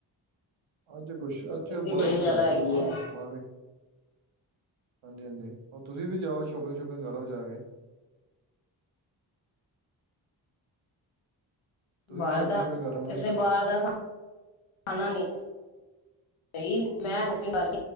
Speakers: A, on the right; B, on the left.
A: ਅੱਜ ਕੁਛ, ਅੱਜ
B: ਇੱਥੇ
A: ਬਾਹਰੋਂ
B: ਬੜੀ
A: ਹੀ ਮੰਗਵਾਇਆ
B: ਜ਼ਿਆਦਾ ਹੈਗੀ
A: ਸੀ ਸਮਾਨ,
B: ਹੈ
A: ਬਾਹਰੋਂ। ਹਾਂਜੀ- ਹਾਂਜੀ। ਹੋਰ ਤੁਸੀਂ ਵੀ ਜਾਓ ਸ਼ੋਪਿੰਗ- ਸ਼ੋਪਿੰਗ ਕਰੋ ਜਾ ਕੇ। ਤੁਸੀਂ
B: ਬਾਹਰ
A: ਵੀ ਸ਼ੋਪਿੰਗ
B: ਦਾ,
A: ਸ਼ੋਪਿੰਗ ਕਰਨ ਸੀ
B: ਇਸੇ
A: ਬੱਚੇ
B: ਬਾਹਰ ਦਾ ਖਾ ਖਾਣਾ ਨਹੀ। ਮੈਂ ਰੋਟੀ ਕਰ